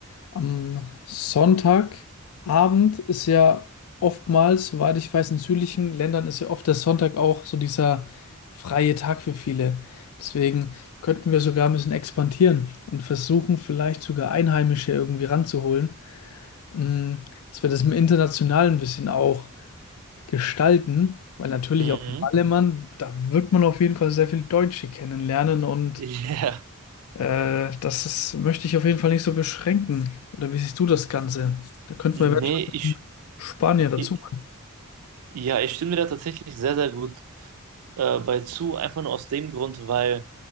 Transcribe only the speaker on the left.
am Sonntagabend ist ja oftmals, soweit ich weiß, in südlichen Ländern ist ja oft der Sonntag auch so dieser freie Tag für viele. Deswegen könnten wir sogar ein bisschen expandieren und versuchen, vielleicht sogar Einheimische irgendwie ranzuholen, Mm, dass wir das im Internationalen ein bisschen auch gestalten, weil natürlich
auch in Ballermann, da wird man auf jeden Fall sehr viel Deutsche kennenlernen und
äh, das ist, möchte ich auf jeden Fall nicht so beschränken. Oder wie siehst du das Ganze? Da könnten
wir eventuell
einen Spanier dazu
machen.